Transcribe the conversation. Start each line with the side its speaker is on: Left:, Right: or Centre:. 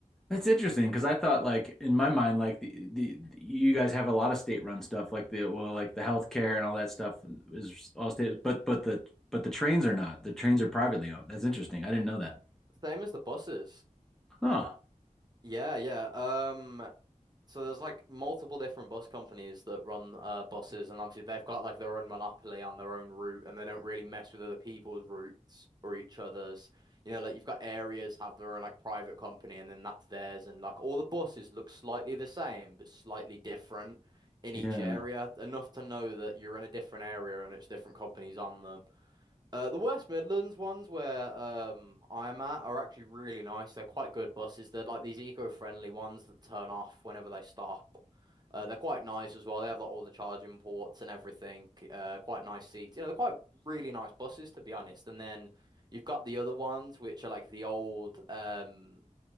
Centre: That's interesting because I thought like in my mind like the, the you guys have a lot of state-run stuff like the well like the healthcare and all that stuff is all state but but the but the trains are not. The trains are privately owned. That's interesting. I didn't know that.
Right: Same as the buses.
Centre: Huh.
Right: Yeah, yeah. Um So there's like multiple different bus companies that run uh, buses, and obviously they've got like their own monopoly on their own route, and they don't really mess with other people's routes or each other's. You know, like you've got areas have their own like private company, and then that's theirs, and like all the buses look slightly the same but slightly different in each
Centre: Yeah.
Right: area, enough to know that you're in a different area and it's different companies on them. Uh, the West Midlands ones where um I'm at are actually really nice. They're quite good buses. They're like these eco-friendly ones that turn off whenever they stop. Uh, they're quite nice as well. They have like all the charging ports and everything. Uh, quite nice seats. You know, they're quite really nice buses to be honest. And then you've got the other ones which are like the old um